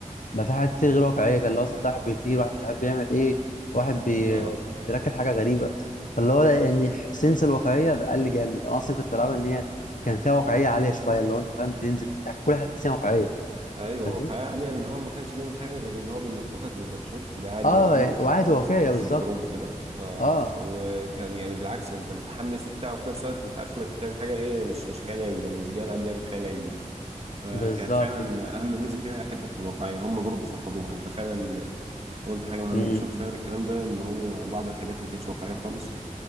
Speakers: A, on the left (about 75°); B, on the right (about 50°).
A: ما في حاجات كتير غير واقعيه كان لو مثلا واحد بيطير واحد مش عارف بيعمل ايه واحد بي...
B: اه
A: بيركب حاجه غريبه فاللي هو يعني سنس الواقعيه بقل جامد انا اصلا كنت بلعبها ان هي كان فيها واقعيه عاليه شويه اللي هو انت فاهم بتنزل يعني كل حاجه تحس إنها واقعيه
B: ايوه
A: فاهم
B: واقعية عالية ان هو ما كانش بيعمل حاجة غير ان هو بينططك بباراشوت وده عادي
A: اه
B: موجود
A: يعني وعادي
B: يعني
A: واقعيه
B: في
A: بالظبط
B: في الحروب وكده اه
A: اه
B: وكان يعني بالعكس انت متحمس وبتاع وفي نفس الوقت انت عارف انك بتعمل حاجة ايه مش مش خيال علمي انا مش جاي العب لعبة خيال علمي فكانت
A: بالظبط
B: فعلا
A: كده
B: اهم ميزة فيها حتة الواقعية هم برضو فقدوها انت فعلا قلت حاجة مهمة
A: امم
B: انا شفت فعلا الكلام ده ان هو بعض الحاجات ما كانتش واقعية خالص